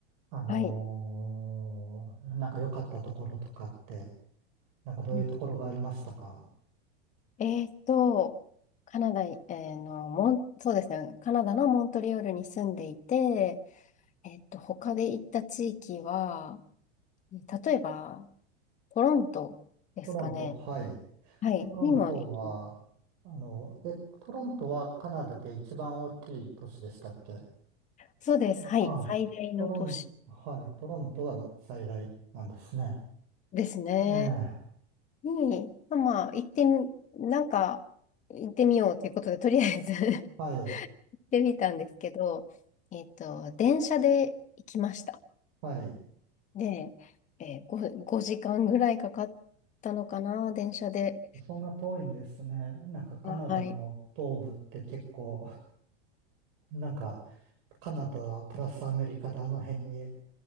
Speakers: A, on the right; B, on the left.
A: あのーなんか良かったところとかって、
B: はい。
A: なんかどういうところがありましたか
B: うんえーっと、カナダ、えーの、モン、そうですね、カナダのモントリオールに住んでいて、えーっと、他で行った地域は、例えば、トロントですかね。
A: トロント、はい。
B: はい、
A: トロントは、
B: にも行きまし
A: あの、え、トロントはカナダで一番大きい都市でしたっけ
B: た。そうです、はい、
A: ああ、
B: 最大の都市
A: トロン、はい、トロントが最大なんですね。
B: ですね。
A: ええ、
B: に、まあ、まあ行ってみ、なんか、行ってみようということで、とりあえず <laughs> 行
A: はい、
B: ってみたんですけど、えーっと、電車で行きました。
A: はい。
B: で、えー、5、5時間ぐらいかかったのかな、電車で。
A: そんな遠いんですね。なんかカナダの東部って結構、
B: あ、はい。
A: なんかカナダプラスアメリカであの辺に